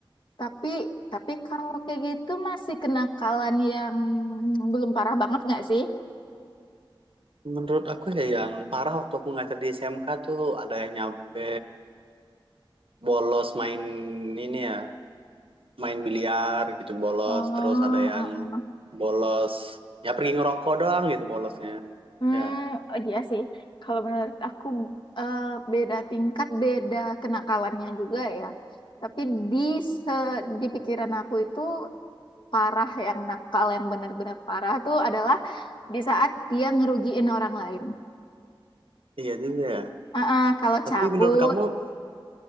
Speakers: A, on the left; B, on the right.
A: Tapi tapi kalau kayak gitu masih kenakalan yang belum parah banget nggak sih?
B: Menurut aku ya yang parah waktu aku ngajar di SMK tuh ada yang nyampe bolos main ini ya, main biliar gitu bolos.
A: Oh, oh,
B: Terus ada yang
A: oh.
B: bolos, ya pergi ngerokok doang gitu bolosnya.
A: Hmm,
B: Ya,
A: oh iya sih. Kalau menurut aku eh, beda tingkat, beda kenakalannya juga ya. Tapi di se di pikiran aku itu parah yang nakal yang benar-benar parah tuh adalah di saat dia ngerugiin orang lain.
B: iya juga ya.
A: Ah, ah, kalau
B: Tapi
A: cabut
B: menurut kamu